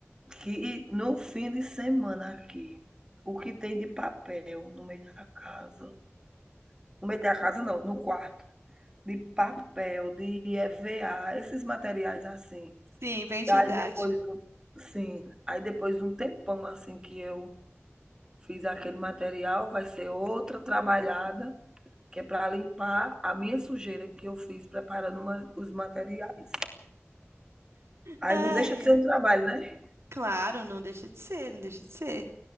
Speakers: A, on the right; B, on the right.
A: que no fim de semana aqui, o que tem de papel no meio da casa, no meio da casa não, no quarto, de papel, de EVA, esses materiais assim.
B: sim, bem didático.
A: aí depois do, sim, aí depois de um tempão assim que eu fiz aquele material, vai ser outra trabalhada, que é para limpar a minha sujeira que eu fiz preparando uma- os materiais. Aí
B: Ai,
A: não deixa de
B: ai.
A: ser um trabalho, né?
B: Claro, não deixa de ser, não deixa de ser.